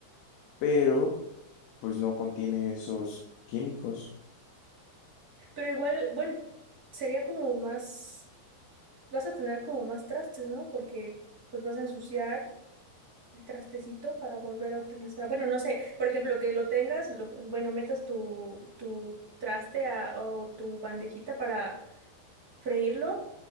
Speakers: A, on the left; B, on the right.
A: pero pues no contiene esos químicos.
B: Pero igual, bueno, sería como más. vas a tener como más trastes, ¿no? Porque pues vas a ensuciar el trastecito para volver a utilizar. Bueno, no sé, por ejemplo, que lo tengas, lo, bueno, metas tu, tu traste a- o tu bandejita para freírlo,